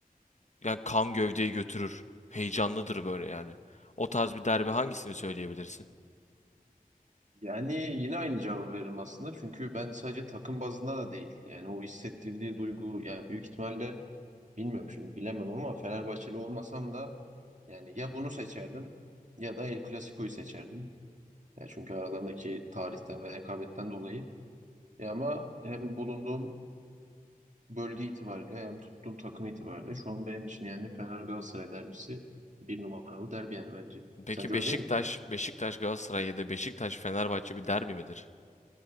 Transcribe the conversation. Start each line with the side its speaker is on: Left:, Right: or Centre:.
Left: yani kan gövdeyi götürür. Heyecanlıdır böyle yani. O tarz bir derbi hangisini söyleyebilirsin?
Right: Yani yine aynı cevabı veririm aslında. Çünkü ben sadece takım bazında da değil. Yani o hissettirdiği duygu yani büyük ihtimalle Bilmiyorum şimdi bilemem ama Fenerbahçeli olmasam da yani ya bunu seçerdim ya da El Clasico'yu seçerdim. Ya çünkü aralarındaki tarihten ve hekabetten dolayı. Ya ama hem bulunduğum bölge itibariyle hem tuttuğum takım itibariyle şu an benim için yani Fener Galatasaray derbisi bir numaralı derbi yani bence.
Left: Peki
Right: Sence
Left: Beşiktaş,
Right: öyle değil mi?
Left: Beşiktaş Galatasaray ya da Beşiktaş Fenerbahçe bir derbi midir?